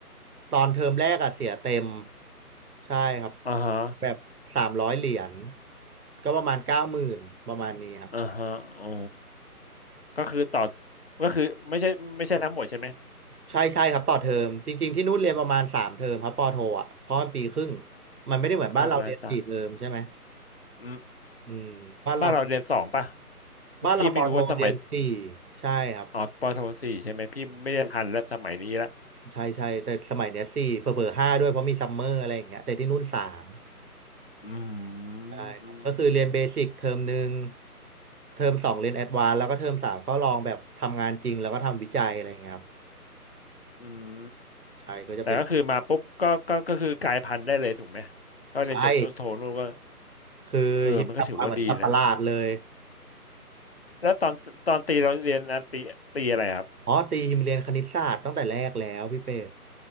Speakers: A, on the right; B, on the left.
A: ตอนเทอมแรกอะเสียเต็มใช่ครับ
B: อ่าฮะ
A: แบบสามร้อยเหรียญก็ประมาณเก้าหมื่นประมาณนี้ครับ
B: อ่าฮะอ๋อก็คือต่อก็คือไม่ใช่ไม่ใช่ทั้งหมดใช่ไหม
A: ใช่ใช่ครับต่อเทอม จริงๆที่นู่นเรียนประมาณสามเทอมครับปอโทอ่ะ เพราะมันปีครึ่งมันไม่ได้เหมือนบ้านเราเรียนสี่เทอมใช่ไหม
B: ก็ประมาณสักอืม
A: อืมบ้านเรา
B: บ้านเราเรียนสองป่ะคือพี่ไม่รู้ว่าสมัย
A: บ้านเราปอโทเรียนสี่ใช่ครับ
B: อ๋อปโทสี่ใช่ไหมพี่ไม่ได้ทันแล้วสมัยนี้ละ
A: ใช่ใช่แต่สมัยเนี้ยสี่เผลอๆห้าด้วยเพราะมีซัมเมอร์อะไรอย่างเงี้ยแต่ที่นู่นสาม
B: อื
A: ใช่ครับก็คือเรียนเบสิกเทอมหนึ่ง
B: มอืม
A: เทอมสองเรียนแอดวานซ์แล้วก็เทอมสามก็ลองแบบทำงานจริงแล้วก็ทำวิจัยอะไรเงี้ยครับ
B: อืม
A: ใช่ก็จะเป็น
B: แต่ก็คือมาปุ๊บก็ก็ก็คือกลายพันธุ์ได้เลยถูกไหมก็เรียนจบนู่นโทนู่นก็
A: ใช่คือยิมกลับมาเหมือนสัตว์ประหลาดเลย
B: เออมันก็ถือว่าดีนะแล้วตอนตอนตีเราเรียนอันตีตีอะไรครับ
A: อ๋อตียิมเรียนคณิตศาสตร์ตั้งแต่แรกแล้วพี่เป็ด